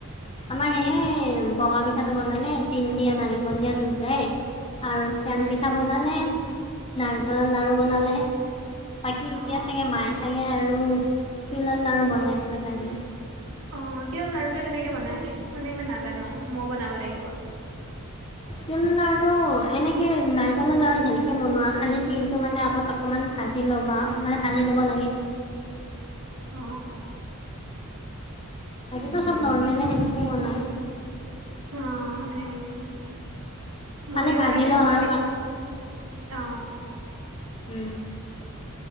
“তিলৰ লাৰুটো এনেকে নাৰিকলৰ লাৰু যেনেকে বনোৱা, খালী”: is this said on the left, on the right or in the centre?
Left